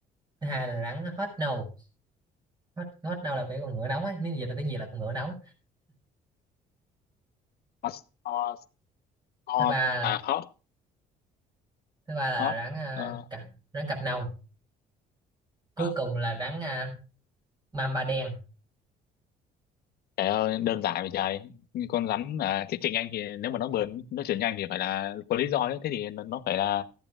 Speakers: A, on the right (about 25°); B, on the left (about 65°).
A: thứ hai là rắn hết nâu hết hết nâu là cái con ngựa nóng ấy nếu dịch ra tiếng Việt là con ngựa nóng
B: hot hot hot
A: thứ ba
B: à hot
A: thứ ba là
B: hot
A: rắn à,
B: Ờ,
A: cặp rắn cặp nòng cuối
B: à.
A: cùng là rắn à, mamba đen
B: Trời ơi, đơn giản vậy trời. Như Con rắn à, chị Trịnh Anh thì nếu mà nó bườn nó chuyển nhanh thì phải là có lý do ấy Thế thì nó nó phải là